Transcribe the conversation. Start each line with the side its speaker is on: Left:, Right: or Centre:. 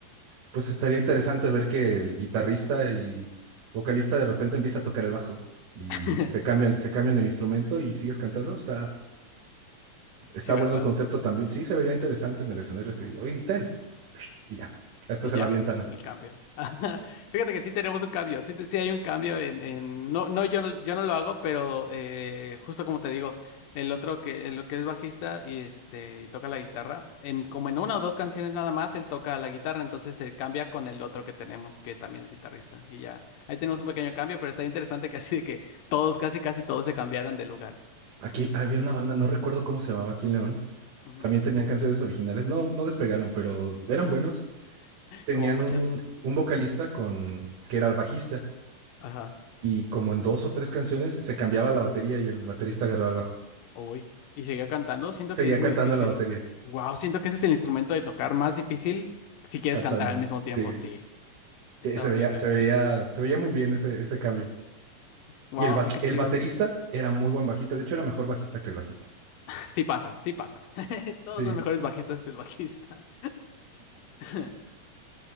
Right: pues estaría interesante ver que el guitarrista y vocalista de repente empieza a tocar el bajo y
Left: <laughs>
Right: se cambian, se cambian el instrumento y sigues cantando. Está, está
Left: Sí,
Right: bueno
Left: ¿verdad?
Right: el concepto también. Sí, se vería interesante en el escenario así.
Left: Ajá.
Right: Oye, ten. Y ya, hasta
Left: Y
Right: se
Left: ya,
Right: la avientan.
Left: el cambio. <laughs> Fíjate que sí tenemos un cambio, sí, te- sí hay un cambio en, en- no, no, yo no, yo no lo hago, pero eh, justo como te digo, el otro que, el que es bajista y este y toca la guitarra, en como en una o dos canciones nada más, él toca la guitarra, entonces se cambia con el otro que tenemos, que también es guitarrista. Y ya, ahí tenemos un pequeño cambio, pero está interesante que así de que todos, casi casi todos se cambiaran de lugar.
Right: Aquí había una banda, no recuerdo cómo se llamaba aquí en León
Left: Ujú.
Right: También tenían canciones originales. No, no despegaron, pero eran buenos. Tenían
Left: Como muchas.
Right: un, un vocalista con, que era el bajista.
Left: Ajá.
Right: Y como en dos o tres canciones se cambiaba la batería y el baterista agarraba el bajo.
Left: Uy, y seguía cantando. Siento
Right: Seguía
Left: que es
Right: cantando
Left: muy difícil.
Right: la batería,
Left: Wow, siento que ese es el instrumento de tocar más difícil si quieres
Right: cantando.
Left: cantar al mismo tiempo.
Right: Sí.
Left: Sí, está
Right: Y se
Left: horrible.
Right: veía, se veía, se veía muy bien ese, ese cambio.
Left: Wow,
Right: Y el, baj-
Left: qué
Right: el
Left: chido.
Right: baterista
Left: <laughs>
Right: era muy buen bajista. De hecho, era mejor bajista que el bajista.
Left: Sí pasa, sí pasa. <laughs> Todos
Right: Sí,
Left: son mejores bajistas que el bajista. <laughs>